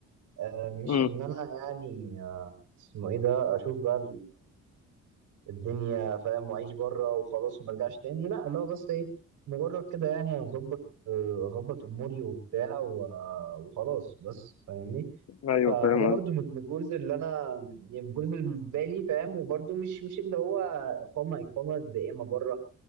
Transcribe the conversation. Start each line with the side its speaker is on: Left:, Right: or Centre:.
Right: آه، مش
Left: امم
Right: ان انا يعني آه، اسمه ايه ده اشوف بقى الدنيا فاهم واعيش بره وخلاص وما ارجعش تاني لا لا بس ايه مجرد كده يعني اظبط اظبط اموري وبتاع و- وخلاص بس فاهمني
Left: ايوه
Right: ف- فده
Left: فاهم
Right: برضو
Left: قصدي
Right: من من الجولز اللي انا يعني من الجولز اللي بالنسبه لي فاهم وبرضو مش مش اللي هو اقامه اقامه دائمه بره